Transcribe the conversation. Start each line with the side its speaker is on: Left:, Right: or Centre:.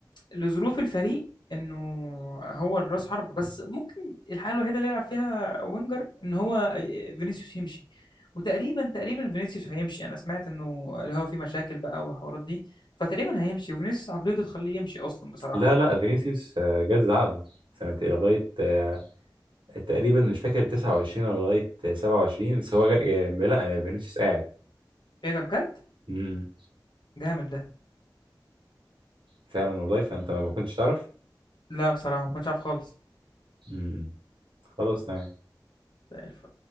Left: لظروف الفريق انه هو الراس حرب بس ممكن الحاله الوحيده اللي يلعب فيها وينجر ان هو آه، فينيسيوس يمشي وتقريبا تقريبا فينيسيوس هيمشي انا سمعت انه اللي هو في مشاكل بقى والحوارات دي فتقريبا هيمشي وفينيسيوس عقليته تخليه يمشي اصلا بصراحه
Right: لا لا فينيسيوس آه، جت عقده سنة إيه؟ لغاية آه، تقريبا مش فاكر 29 ولا لغاية آه، 27 بس هو جا... آه، لا آه، فينيسيوس قاعد
Left: ايه ده بجد
Right: م- م.
Left: جامد ده
Right: فعلا والله فأنت ما ما كنتش تعرف
Left: لا بصراحه ما كنتش عارف خالص
Right: م- م. خلاص تمام
Left: زي الفل